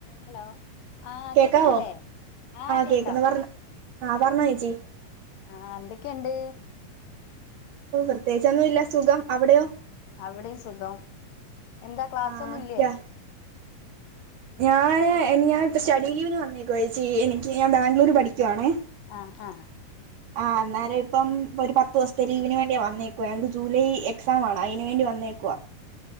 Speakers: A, on the left; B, on the right.
A: Hello ആഹ്
B: കേക്കാവോ
A: കേക്കുന്നില്ലേ ആഹ് കേക്കാം
B: കേക്ക്ന്ന് പറഞ്ഞോ ആഹ് പറഞ്ഞോ
A: ആ
B: ചേച്ചി
A: ആ എന്തൊക്കെയുണ്ട്
B: ഓ പ്രത്യേകിച്ചൊന്നും ഇല്ല സുഖം അവിടെയോ
A: അവിടെയും സുഖം എന്താ ക്ലാസ്സൊന്നും
B: ആഹ്
A: ഇല്ലേ
B: റ്റ ഞൻ ഞാൻ ഇപ്പ സ്റ്റഡി ലീവിന് വന്നേക്കോ ച്ചി എനിക്ക് ഞാൻ ബാംഗ്ലൂര് പഠിക്കുവാണേ
A: ആഹ് ഹ
B: ആ അന്നേരം ഇപ്പം ഇപ്പരു പത്തോസ്ത്തെ ലീവിന് വേണ്ടിയാ വന്നേക്കുവ ഞങ്ങക്ക് ജൂലൈ എക്സാം ആണ് അയിന് വേണ്ടി വന്നേക്കുവാ